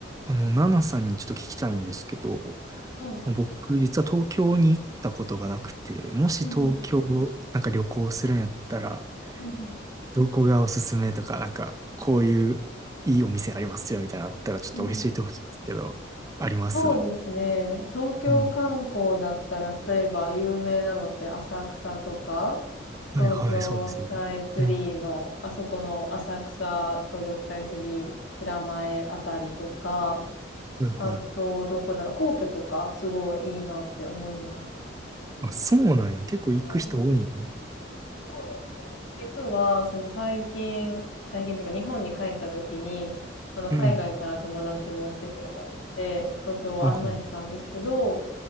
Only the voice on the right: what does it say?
あの、ナナさんにちょっと聞きたいんですけど、
僕、実は東京に行ったことがなくて、もし東京、
なんか旅行するんやったら、
どこがおすすめとか、なんか、こういういいお店ありますよみたいなのあったら、ちょっと教えてほしいんですけど、
あります。
うん。
はいはい、そうですね。うん。
はいはい。
あ、そうなんや。結構行く人多いんや。
うん。
はいは